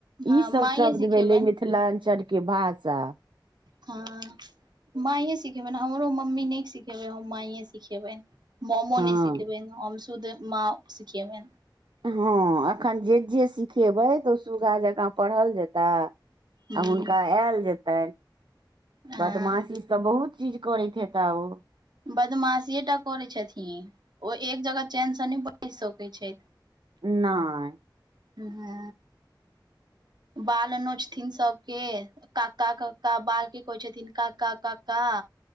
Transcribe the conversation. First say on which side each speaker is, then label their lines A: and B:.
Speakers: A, on the right; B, on the right.
A: हँ
B: ई सब
A: माँए
B: शब्द
A: सिखेबनि
B: भेले मिथिलाञ्चलके कि भासा
A: हँ माइए सिखेबन हमरो मम्मी नहि सिखेबै हम माइए सिखैबे मोमोन
B: हँ
A: सिखेबेन हम शुद्ध माँ सिखेबेए
B: हँ एखन जे जे सिखेबै ओ सुगगा जकाँ पढ़ल जेतए
A: हूँ
B: आ हुनका आयल जेतन
A: हँ
B: बदमाशीस तऽ बहुत चीज करत हेता उ
A: बदमाशीे टा करै छथिन ओ एक जगह चेन से नहि बस सकैत छैथ
B: नाए
A: हू ह बाल नोचथिन सबके काका का बाल के कहै छथिन काका काका